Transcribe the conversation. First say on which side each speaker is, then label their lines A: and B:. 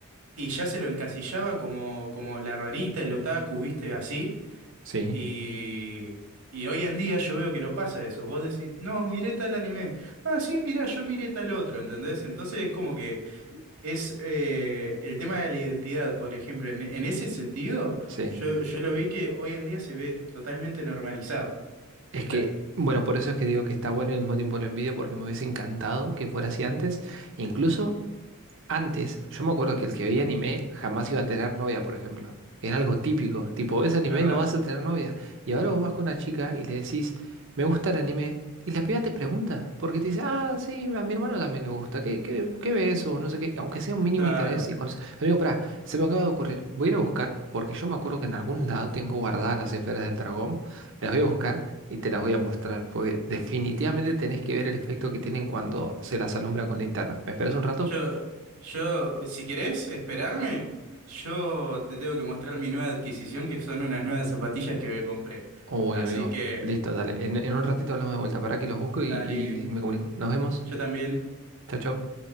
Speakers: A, on the right (about 75°); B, on the right (about 60°).
A: y ya se lo encasillaba como, como la rarita, el otaku, viste, así,
B: sí,
A: y, y hoy en día yo veo que no pasa eso, vos decís, no, miré tal anime, ah, sí, mirá, yo miré tal otro, ¿entendés? Entonces es como que... Es eh, el tema de la identidad, por ejemplo. En, en ese sentido,
B: sí.
A: yo, yo lo vi que hoy en día se ve totalmente normalizado.
B: Es
A: ¿Viste?
B: que, bueno, por eso es que digo que está bueno y al mismo tiempo lo envidio porque me hubiese encantado que fuera así antes. Incluso antes, yo me acuerdo que el que veía anime jamás iba a tener novia, por ejemplo. Era algo típico. Tipo, ves anime,
A: Es verdad.
B: no vas a tener novia. Y ahora vos vas con una chica y le decís, me gusta el anime. Y la piba te pregunta, porque te dice, ah, sí, a mi hermano también le gusta. ¿Qué, qué, qué ves? O no sé qué. Aunque sea un mínimo
A: Claro.
B: interés y conoce- Amigo, pará, se me acaba de ocurrir. Voy a ir a buscar, porque yo me acuerdo que en algún lado tengo guardadas las esferas del dragón. Las voy a buscar y te las voy a mostrar, porque definitivamente tenés que ver el efecto que tienen cuando se las alumbra con linterna. ¿Me esperas un rato?
A: Yo, yo, si querés esperarme, yo te tengo que mostrar mi nueva adquisición, que son unas nuevas zapatillas que me compré.
B: Uy,
A: Así
B: amigo.
A: que,
B: Listo, dale. En, en un ratito hablamos de vuelta. Para que los busco y,
A: dale.
B: y me comunico. Nos vemos.
A: Yo también.
B: Chao, chao.